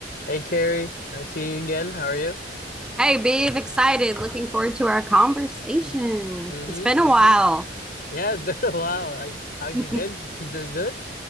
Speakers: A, on the left; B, in the centre.
A: Hey Carrie, nice seeing you again. How are you?
B: Hey, Bev! excited. Looking forward to our conversation.
A: Mm-hmm,
B: It's been
A: mm-hmm.
B: a while.
A: Yeah, it's been <laughs> a while. Like, how have
B: <laughs>
A: you been? You doing good?